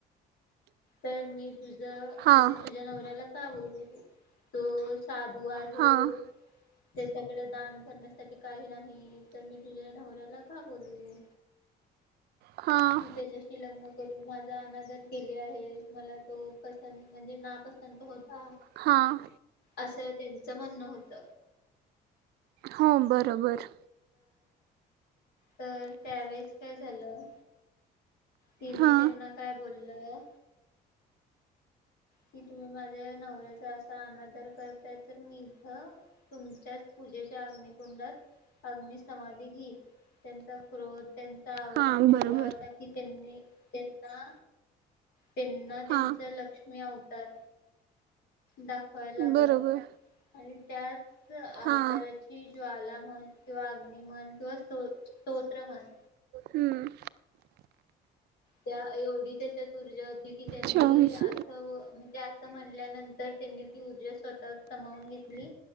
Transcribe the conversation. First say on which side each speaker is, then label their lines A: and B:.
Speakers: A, on the left; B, on the right.
A: तर मी तुझं
B: हां
A: म्हणजे तुझ्या नवऱ्याला का बोलू तो साधू आहे,
B: हां
A: त्याच्याकडे दान करण्यासाठी काही नाही, तर मी तुझ्या नवऱ्याला का बोलू
B: हां
A: तू त्याच्याशी लग्न करू माझा अनादर केली आहे. मला तो पसंत म्हणजे ना पसंत होता,
B: हां
A: असं त्यांचं म्हणणं होत.
B: हां बरंबरं
A: तर त्यावेेळेस काय झालं तिनी
B: हां
A: त्यांना काय बोललं कि तुम्ही माझ्या नवऱ्याचा असा अनादर करताय तर मी इथ तुमच्याच पूजेच्या अग्निकुंडात अग्नि समाधी घेईल त्यांचा क्रोध त्यांचा आवरोश
B: हां
A: एवढा
B: बरोबर
A: होता की त्यांनी त्यांना त्यांना त्यांच
B: हां
A: लक्ष मी अवतार दाखवाय लागलं.
B: बरोबर
A: आणि त्याच अवताराची
B: हां
A: ज्वाला म्हण किंवा अग्नि म्हन किंवा सोत स्तोत्र म्हण
B: हम्म
A: त्या एवढी त्याच्यात ऊर्जा होती की त्यांनी
B: चोवीस
A: असं म ते असं म्हणल्यानंतर त्यांनी ती ऊर्जा स्वतःत समावून घेतली.